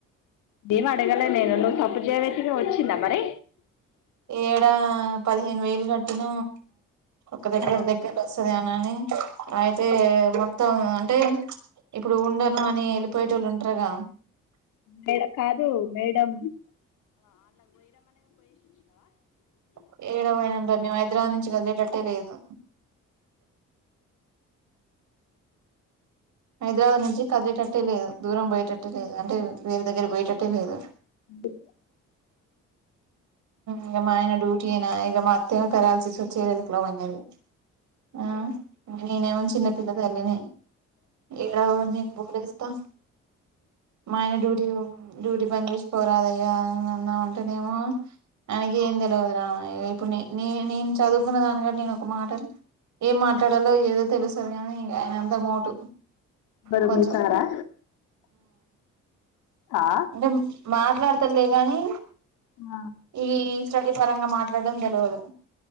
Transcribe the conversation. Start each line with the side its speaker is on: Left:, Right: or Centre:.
Left: <unintelligible> అడగలే నేను నువ్వు సప్పు చేయవైతికి వచ్చి మరి
Right: ఏడా పదిహేను వేలు కట్టిన ఒక దగ్గర
Left: ఆ
Right: దగ్గర వస్తది <unintelligible> అయితే మొత్తం అంటే ఇప్పుడు ఉండను అని వెళ్ళిపోయే టోలు ఉంటారుగ
Left: మే కాదు మేడం
Right: <unintelligible> మేము హైదరాబాద్ నుంచి కదిలేటట్టే లేదు హైదరాబాద్ నుంచి కదిలేటట్టే లేదు దూరం పోయేటట్టటు లేదు అంటే వేరే దగ్గర పోయటట్టే లేదు
Left: అ
Right: ఇక మా ఆయన డ్యూటీ అయినా ఇక మా అత్త్యమ పెరాల్సిస్ వచ్చే <unintelligible> ఆ నేను ఏమో చిన్న <unintelligible> <unintelligible> <unintelligible> అన్నామంటే <unintelligible> ఆయనకి ఏం తెలవదురా <unintelligible> నే నేను చదువుకున్న దాని కా నేను ఒక మాట ఏం మాట్లాడాలో ఏదో తెలుసు గానీ ఇక ఆయన అంత మోటు
Left: ఎవరు
Right: కొంచం
Left: మీ సారా ఆ
Right: అంటే మాట్లాడతలే గాని
Left: ఆ
Right: ఈ స్టడీ పరంగా మాట్లాడడం తెలవదు